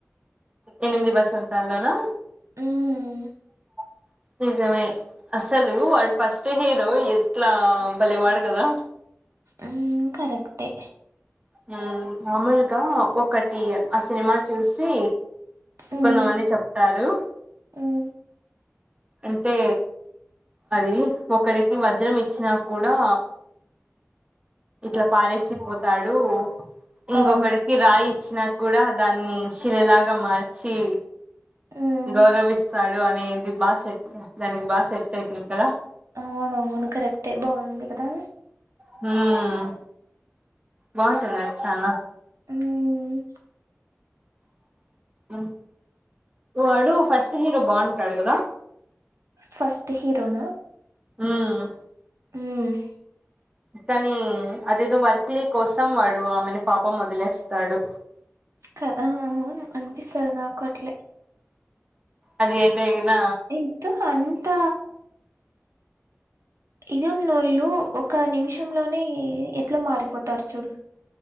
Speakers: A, on the right (about 25°); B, on the right (about 75°).
A: ఎనిమిది వసంతాల్లోనా
B: ఉహ్
A: <inaudible> నిజమే అసలు వాడు ఫస్ట్ హీరో ఎట్లా భలేవాడు కదా
B: అహ్ కరెక్టే
A: హ్మ్ మామూలుగా ఒకటి ఆ సినిమా చూసి
B: మ్మ్
A: కొంతమంది చెప్తారు
B: మ్మ్
A: అంటే అది ఒకడికి వజ్రం ఇచ్చినా కూడా ఇట్లా పారేసిపోతాడు ఇంకొకడికి
B: ఆ
A: రాయి ఇచ్చినా కూడా దాన్ని శిలలాగా మార్చి
B: మ్మ్
A: గౌరవిస్తాడు అని నిది బాగా సెట్ దానికి బాగా సెట్ అయితుంది కదా
B: అవునవును కరెక్టే బాగుంది కదా
A: హ్మ్ బాగుంటుంది అది చానా
B: హ్మ్
A: <inaudible> హ్ వాడు ఫస్ట్ హీరో బాగుంటాడు కదా
B: ఫస్ట్ హీరోనా
A: హ్మ్
B: హ్మ్
A: కానీ అదేదో వర్క్లీ కోసం వాడు ఆమెను పాపం ఓదిలేస్తాడు
B: కదా అవును అనిపిస్తది నాకు అట్లే
A: అది అయిపోయిన
B: ఇంత్ హాన్ త ఇదున్నోళ్ళూ ఒక నిమిషంలోనే ఎట్లా మారిపోతారు చూడు